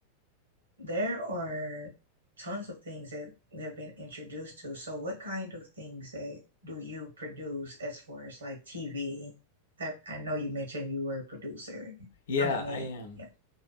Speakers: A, on the right (about 70°); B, on the left (about 60°).
A: There are tons of things that we have been introduced to. So what kind of things that do you produce as far as like TV? That I know you mentioned you were a producer.
B: Yeah,
A: I mean, Yeah.
B: I am.
A: a, yeah.